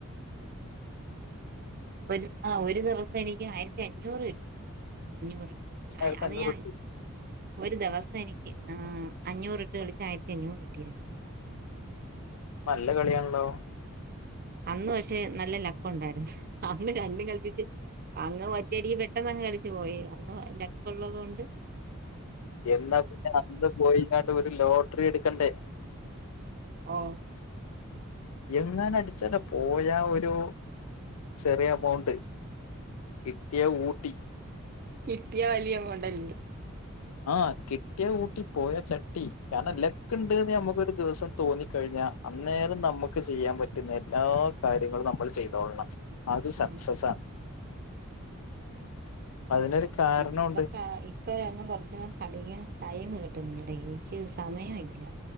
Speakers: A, on the right; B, on the left.
A: ഒരു ആ ഒരു ദിവസം എനിക്ക് ആയിരത്തി അഞ്ഞൂറ് കിട്ടി <unintelligible> അഞ്ഞൂറ് ആഹ്
B: ആയിരത്തി
A: അത്
B: അഞ്ഞൂറ്
A: ഞാൻ
B: കിട്ടി
A: ഒരു ദിവസം എനിക്ക് ആഹ് അഞ്ഞൂറ് ഇട്ട് കളിച്ച ആയിരത്തി അഞ്ഞൂറ് കിട്ടിയാരുന്നു
B: നല്ല കളിയാണല്ലോ
A: അന്ന് പക്ഷെ നല്ല ലക്കുണ്ടായിരുന്നു അന്ന് രണ്ടും കല്പ്പിച്ച് അ അങ്ങ് ഒറ്റയടി പെട്ടെന്നങ് അടിച്ചു പോയി അന്ന് ലക്കുള്ളതുകൊണ്ട്
B: എന്നാ പിന്നെ അന്ന് പോയികാട്ട് ഒരു ലോട്ടറി എടുക്കണ്ടേ
A: ഓഹ്‌
B: എങ്ങനും അടിച്ചാലോ പോയ ഒരു ചെറിയ എമൗണ്ട് കിട്ടിയാ ഊട്ടി
A: കിട്ടിയാ വലിയ എമൗണ്ട്ല്ലേ
B: ആഹ് കിട്ടിയ കൂട്ടി പോയ ചട്ടി കാരണം ലെക്ക്ണ്ട്ന്ന്
A: ആ
B: നമുക്കൊരു ദിവസം തോന്നി കഴിഞ്ഞാ അന്നേരം നമുക്ക് ചെയ്യാൻ പറ്റുന്ന എല്ലാ കാര്യങ്ങളും നമ്മൾ ചെയ്തോളണം അത് സക്സസാണ്
A: ഉം
B: അതിനൊരു കാരണമുണ്ട്
A: ഇപ്പൊ ക ഇപ്പ എങ്ങു കൊർച്ച് നേരം കളിയാ ടൈം കിട്ടുന്നില്ല ഡെയിലി. ആഹാ സമയവില്ല